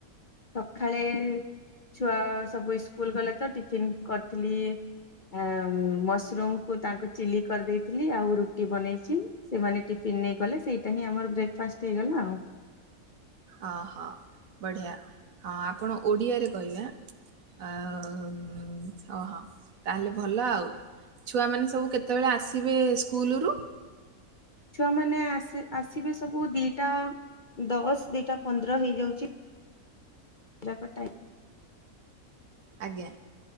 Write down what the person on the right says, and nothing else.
ଅହଁ ବଢ଼ିଆ ହଁ ଆପଣ ଓଡ଼ିଆରେ କହିବେ ଆ। ଆଉ ହଁ ହଁ ତାହେଲେ ଭଲ ଆଉ। ଛୁଆମାନେ ସବୁ କେତେବେଳେ ଆସିବେ ସ୍କୁଲରୁ?
ଆଜ୍ଞା